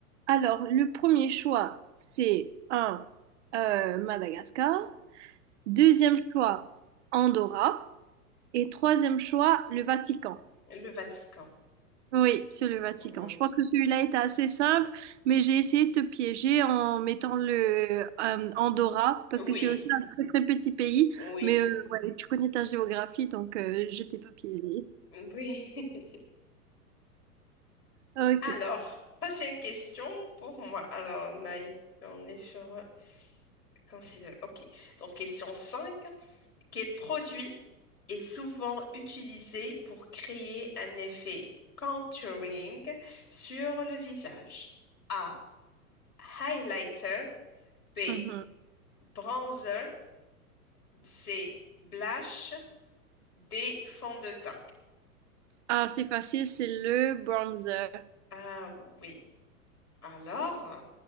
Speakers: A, on the right; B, on the left.
A: Alors, le premier choix, c'est un euh, Madagascar. Deuxième choix, Andorra. Et troisième choix, le Vatican.
B: Le Vatican.
A: Oui, c'est le Vatican.
B: Mhm.
A: Je pense que celui-là était assez simple, mais j'ai essayé de te piéger en mettant le euh, Andorra, parce
B: Oui,
A: que c'est aussi un très très petit pays.
B: oui,
A: Mais euh, ouais, tu connais ta géographie, donc euh, je t'ai pas piégé.
B: oui. <laughs>
A: Ok.
B: Alors, prochaine question pour moi. Alors, on a- on est sur... euh, considère- Ok. Donc, question 5. Quel produit est souvent utilisé pour créer un effet contouring sur le visage? A. Highlighter. B.
A: Mhm.
B: Bronzer. C. Blush. D. Fond de teint.
A: Ah, c'est facile, c'est le bronzer.
B: Ah oui. Alors,